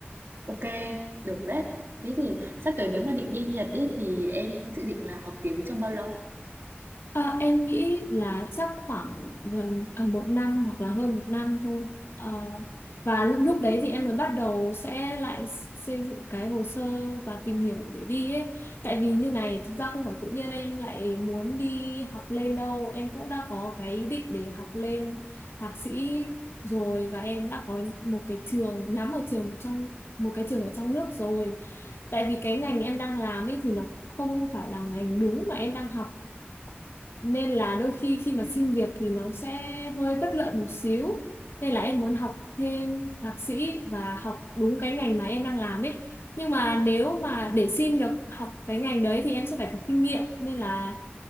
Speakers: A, on the right; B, on the left.
A: ok được đấy thế thì sắp tới nếu mà định đi Nhật ấy thì em dự định là học tiếng trong bao lâu
B: Ờ, em nghĩ là chắc khoảng gần ờ, một năm hoặc là hơn một năm thôi. Ờ, và lúc, lúc đấy thì em mới bắt đầu sẽ lại xây dựng cái hồ sơ và tìm hiểu để đi ấy. Tại vì như này thực ra không phải tự nhiên em lại muốn đi học lên đâu. Em cũng đã có cái ý định để học lên thạc sĩ rồi và em đã có một cái trường nhắm một trường trong một cái trường ở trong nước rồi. Tại vì cái ngành em đang làm ấy thì nó không phải là ngành đúng mà em đang học nên là đôi khi khi mà xin việc thì nó sẽ hơi bất lợi một xíu nên là em muốn học thêm thạc sĩ và học đúng cái ngành mà em đang làm ấy nhưng mà nếu mà để xin được học cái ngành đấy thì em sẽ phải có kinh nghiệm nên là